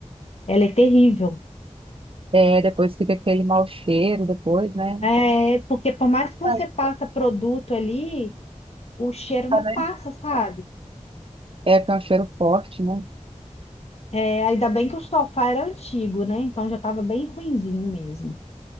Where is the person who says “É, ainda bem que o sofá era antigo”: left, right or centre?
Left